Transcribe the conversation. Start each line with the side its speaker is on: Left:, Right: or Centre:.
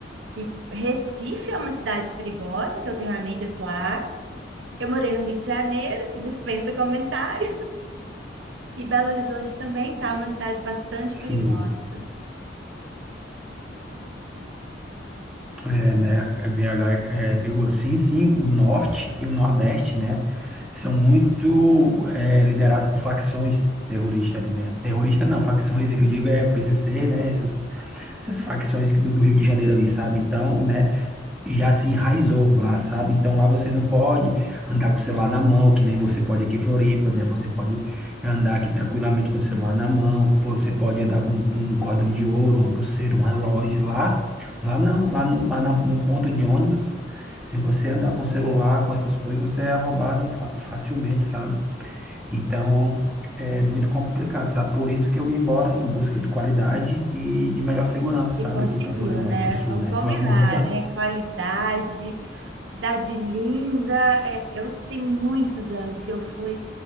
Right: que Recife é uma cidade perigosa, que eu tenho amigas lá. Eu morei no Rio de Janeiro, que dispensa comentário, e Belo Horizonte também tá uma cidade bastante
Centre: sim.
Right: perigosa.
Centre: É, né? BH é, é, pegou, sim, sim, o norte e o nordeste, né? são muito é, liderados por facções terroristas ali, né? Terrorista não, facções, é que eu digo é o PCC, né? Essas, essas facções do, do Rio de Janeiro ali, sabe? Então, né? já se enraizou lá, sabe? Então lá você não pode andar com o celular na mão, que nem você pode aqui em Floripa, né? Você pode andar aqui tranquilamente com o celular na mão, pô, você pode andar com, com um cordão de ouro, uma pulseira, um relógio lá. Lá não, lá, lá na- no ponto de ônibus, se você andar com o celular, com essas coisas, você é roubado fa- facilmente, sabe? Então é muito complicado, sabe? Por isso que eu vim embora em busca de qualidade e de melhor segurança, sabe?
Right: E conseguiu,
Centre: Aqui para Florianópolis,
Right: né?
Centre: para o sul,
Right: Vamos
Centre: né?
Right: combinar,
Centre: Foi uma mudança.
Right: né? Qualidade, cidade linda. É, eu tenho muitos anos que eu fui,